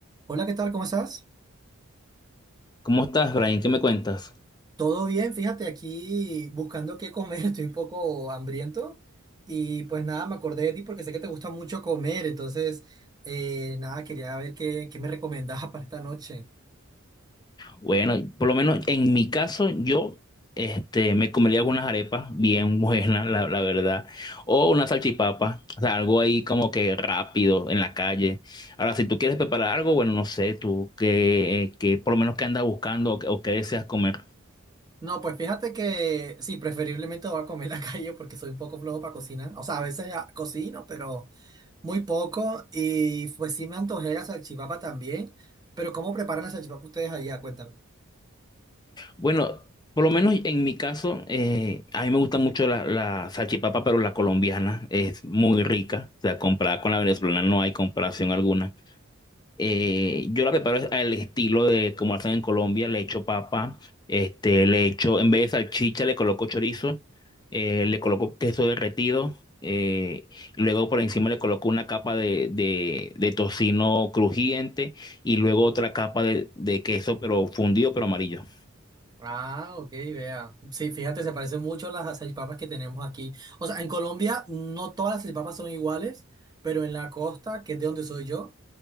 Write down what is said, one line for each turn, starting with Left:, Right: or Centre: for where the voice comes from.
Right: Hola, ¿qué tal? ¿Cómo estás?
Left: ¿Cómo estás, Brian? ¿Qué me cuentas?
Right: Todo bien, fíjate, aquí buscando qué comer, <laughs> estoy un poco hambriento y pues nada, me acordé de ti porque sé que te gusta mucho comer, entonces eh, nada, quería ver qué, qué me recomendabas <laughs> para esta noche.
Left: Bueno, por lo menos en mi caso, yo este, me comería algunas arepas bien buenas, la, la verdad, o una salchipapa, o sea, algo ahí como que rápido en la calle. Ahora, si tú quieres preparar algo, bueno, no sé, tú qué, qué por lo menos qué andas buscando o, qué o qué deseas comer.
Right: No, pues fíjate que sí, preferiblemente voy a comer en la <laughs> calle porque soy un poco flojo para cocinar, o sea, a veces ya cocino, pero muy poco y pues sí me antojé la salchipapa también, pero ¿cómo preparan la salchipapa ustedes allá? Cuéntame.
Left: Bueno, por lo menos en mi caso, eh, a mí me gusta mucho la, la salchipapa, pero la colombiana es muy rica, o sea, comparada con la venezolana no hay comparación alguna. Eh, yo la preparo al estilo de como hacen en Colombia, le echo papa, este, le echo, en vez de salchicha le coloco chorizo, eh, le coloco queso derretido, eh, y luego por encima le coloco una capa de, de, de tocino crujiente y luego otra capa de, de queso pero fundido pero amarillo.
Right: Ah, ok, vea. Sí, fíjate, se parecen mucho a las salchipapas que tenemos aquí. O sea, en Colombia no todas las salchipapas son iguales, pero en la costa, que es de donde soy yo,